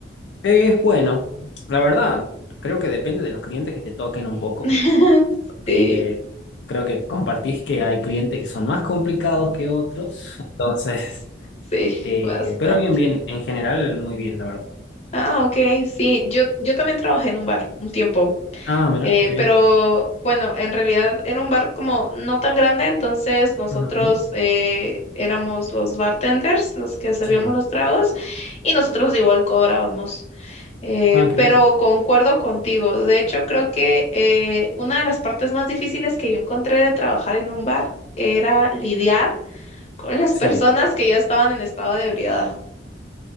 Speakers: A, on the left; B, on the left.
A: Es bueno, la verdad, creo que depende de los clientes que te toquen un poco.
B: <laughs> Sí,
A: Eh, creo que compartís que hay clientes que son más complicados que otros, <laughs> entonces,
B: sí,
A: eh,
B: basta.
A: pero bien, bien, en general muy bien, la verdad.
B: Ah, ok, sí, yo, yo también trabajé en un bar un tiempo,
A: Ah, mira,
B: eh,
A: qué bien.
B: pero bueno, en realidad era un bar como no tan grande, entonces nosotros
A: Ujú,
B: eh, éramos los bartenders, los que servíamos
A: Sí.
B: los tragos, y nosotros igual cobrábamos. Eh,
A: Ah, qué
B: pero
A: bien.
B: concuerdo contigo. De hecho, creo que eh, una de las partes más difíciles que yo encontré de trabajar en un bar era lidiar con las
A: Sí.
B: personas que ya estaban en estado de ebriedad,